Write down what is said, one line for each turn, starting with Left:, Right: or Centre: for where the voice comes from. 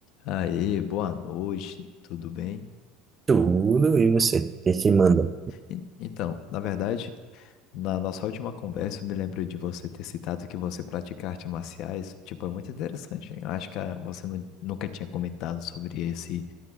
Left: Aê, boa noite, tudo bem?
Right: Tudo, e você? O que que manda?
Left: E- Então, na verdade, na nossa última conversa, eu me lembro de você ter citado que você pratica artes marciais. Tipo, é muito interessante. Eu acho que ah, você nu- nunca tinha comentado sobre esse,